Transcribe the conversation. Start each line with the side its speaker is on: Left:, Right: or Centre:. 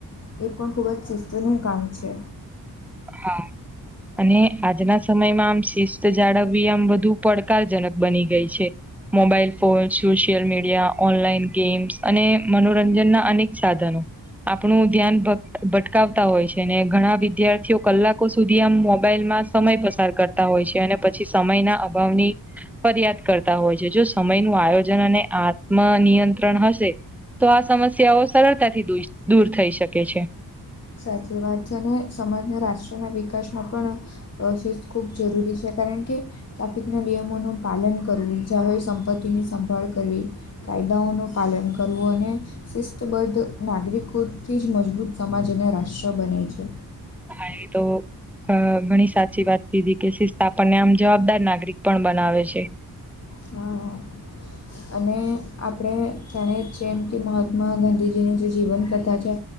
Left: એ પણ ખૂબ જ શિસ્તનું કામ છે
Centre: હા અને આજના સમયમાં આમ શિસ્ત જાળવવી આમ વધુ પડકારજનક બની ગઈ છે. Mobile phone, social media, online games અને મનોરંજનના અનેક સાધનો આપણું ધ્યાન ભટકાવતા હોય છે ને ઘણા વિદ્યાર્થીઓ. કલાકો સુધી આમ મોબાઈલમાં સમય પસાર કરતા હોય છે અને પછી સમયના અભાવની ફરિયાદ કરતા હોય છે જો સમયનું આયોજન અને આત્મ નિયંત્રણ હશે. તો આ સમસ્યાઓ સરળતાથી દ દૂર થઈ શકે છે.
Left: સાચી વાત છે અને સમાજના રાષ્ટ્રના વિકાસમાં પણ પ્રોસેસ ખૂબ જરૂરી છે કારણ કે ટ્રાફિકના નિયમોનું પાલન કરવું જાહેર સંપત્તિની સંભાળ કરવી. કાયદાઓનું પાલન કરવું અને શિસ્તબદ્ધ નાગરિકોથી જ મજબૂત સમાજ અને રાષ્ટ્ર બનાય છે.
Centre: હ તો અ ઘણી સાચી વાત કીધી કે શિસ્તા આપણને આમ જવાબદાર નાગરિક પણ બનાવે છે.
Left: તો અને આપણે જાણે જે એમ કે મહાત્મા ગાંધીજીની જે જીવનકથા છે.